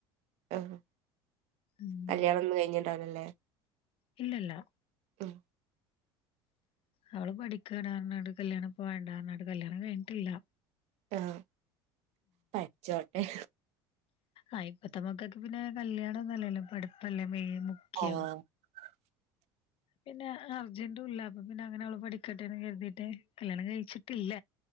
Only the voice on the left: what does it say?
ഉം
ഇല്ലല്ല.
അവള് പഠിക്കാണ് പറഞ്ഞാണ്ട് കല്ല്യാണം ഇപ്പൊ വേണ്ടാന്ന് പറഞ്ഞാണ്ട് കല്ല്യാണം കഴിഞ്ഞിട്ടില്ല.
ആഹ് ഇപ്പത്തെമക്കക്കൊക്കെ പിന്നെ കല്ല്യാണോന്നല്ലല്ലോ പഠിപ്പല്ലേ മെയിൻ മുഖ്യം.
പിന്നെ അർജന്റും ഇല്ല അപ്പൊ പിന്നെ അങ്ങനെ അവള് പഠിക്കട്ടെന്ന് കരുതിയിട്ട് കല്യാണം കഴിച്ചിട്ടില്ല.